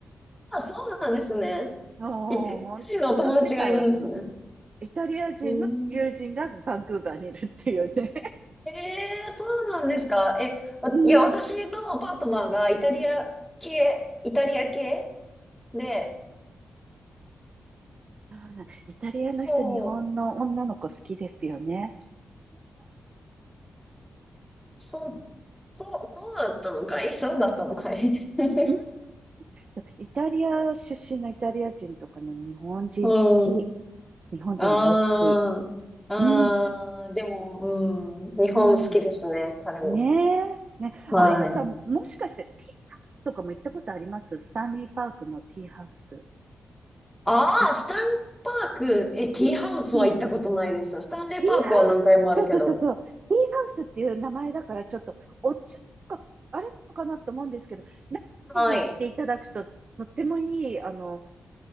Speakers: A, in the centre; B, on the right.
A: あ、そうなんですね。
B: もう、
A: イタリア人のお友達がいるんですね。
B: ほんと世界はすごい。イタリア人の友人がバンクーバーにいるっていうね。
A: うん。ええそうなんですか。え、わいや、
B: うん。
A: 私のパートナーがイタリア系、イタリア系で、
B: そうなんイタリアの人、
A: そう。
B: 日本の女の子好きですよね。
A: そう、
B: う
A: そう、そうだったのかいそうだったのかい <laughs>
B: んそうイタリア出身のイタリア人とかね、日本人好き。
A: うん。
B: 日本人大好き。
A: ああ、ああ、
B: うん、
A: でも、うん。日本好きですね、
B: うん。
A: 彼も。
B: ねえ。ね、
A: はい。
B: あやさん、もしかして、ティーハウスとかも行ったことありますスタンリーパークのティーハウス。
A: ああ、
B: い、
A: スタンレーパーク。え、ティーハウスは行ったことないです。
B: うん。
A: スタンレーパークは何回もあるけど。
B: ティーハウス、そうそうそうそう。ティーハウスっていう名前だから、ちょっと、お茶とか、あれなのかなと思うんですけど、ランチに行っていただくと、
A: はい。
B: とってもいい、あの、